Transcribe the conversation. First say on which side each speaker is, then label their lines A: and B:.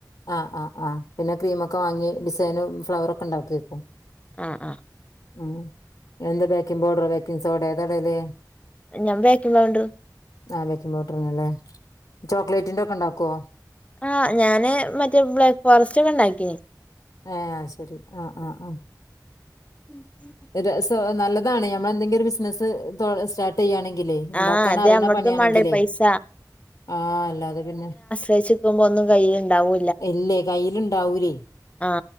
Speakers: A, on the left (about 70°); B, on the left (about 15°).
A: ആഹ് ആഹ് ആഹ് പിന്നെ ക്രീമൊക്കെ വാങ്ങി ഡിസൈനും ഫ്ലവറൊക്കെ ഇണ്ടാക്കേക്കും
B: ആഹ് ആഹ്
A: ഉം എന്ത് ബേക്കിംഗ് പൗഡറോ ബേക്കിംഗ് സോഡെ ഏതാടല്
B: ഞാൻ ബേക്കിങ് പൗഡർ
A: ആഹ് ബേക്കിങ് പൗഡർറാണല്ലെ ചോക്ലേറ്റിന്റെ ഒക്കെ ഉണ്ടാക്കുവോ
B: ആഹഹ് ഞാന് മറ്റേ ബ്ലാക്ക് ഫോറസ്റ്റ് ഒക്കെ ഇണ്ടാക്കിയിന്
A: ഏഹ് അത് ശരി ആഹ് ആഹ് ആഹ്
B: <inaudible>
A: ഇത് സോ നല്ലതാണ് ഞമ്മൾ എന്തെങ്കിലും ഒരു ബിസിനസ്സ് തോ സ്റ്റാർ തെയ്യാണെങ്കിലേ ഉണ്ടാക്കാൻ
B: ആ അത്
A: അറിയണ
B: നമ്മടത്തും
A: പണിയാണെങ്കിലേ
B: മാണ്ടേ പൈസ
A: ആ അല്ലാതെ പിന്നെ
B: വെശക്കുമ്പോ ഒന്നും കയ്യിൽ ഉണ്ടാവോ
A: ഇല്ലേ കയ്യിലുണ്ടാവൂല്ലെ
B: ആ